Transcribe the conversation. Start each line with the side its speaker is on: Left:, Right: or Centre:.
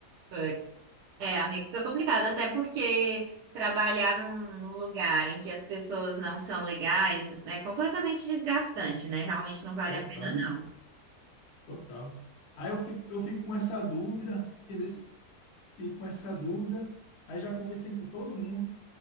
Right: Puts. É, amigo, fica complicado, até porque trabalhar num, num lugar em que as pessoas não são legais é completamente desgastante, né? Realmente não vale
Left: Total,
Right: a pena, não.
Left: total. Aí eu fico, eu fico com essa dúvida, entendeu? Fico com essa dúvida. Aí já conversei com todo mundo,